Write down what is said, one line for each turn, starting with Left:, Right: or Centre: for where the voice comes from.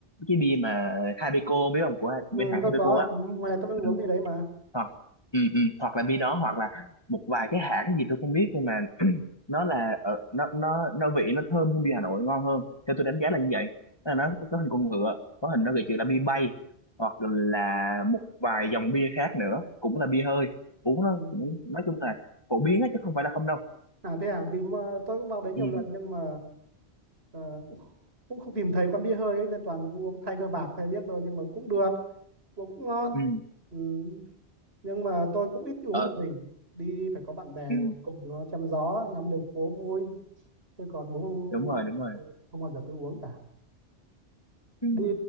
Left: cái bia mà Habeco biết không của bên
Right: Ừ,
Left: hãng
Right: tôi
Left: Habeco
Right: có.
Left: á
Right: Ừ, Ngoài này tôi vẫn
Left: Ừ.
Right: uống bia đấy mà.
Left: hoặc ừ, ừ, hoặc là bi đó hoặc là một vài cái hãng gì tôi không biết nhưng mà <clears throat> nó là ở nó nó nó vị nó thơm hơn bia Hà Nội ngon hơn theo tôi đánh giá là như vậy Tức là nó có hình con ngựa có hình nó gợi chữ là bia bay hoặc là một vài dòng bia khác nữa cũng là bia hơi uống nó
Right: Ừ.
Left: cũng nói chung là phổ biến á chứ không phải là không đâu
Right: À thế à, vì mà tôi cũng vào đấy nhiều
Left: ừ
Right: lần nhưng mà ờ, cũng, cũng không tìm thấy quán bia hơi ấy, nên toàn uống Tiger bạc thay biết thôi nhưng mà cũng được, uống cũng ngon.
Left: ừ
Right: Ừ. Nhưng mà tôi cũng ít uống
Left: ờ
Right: một mình, đi phải có bạn bè
Left: ừ
Right: ngồi cùng nó chém gió, ngắm đường phố vui. chứ còn uống
Left: đúng rồi đúng rồi
Right: không bao giờ tôi uống cả.
Left: ừ.
Right: Đi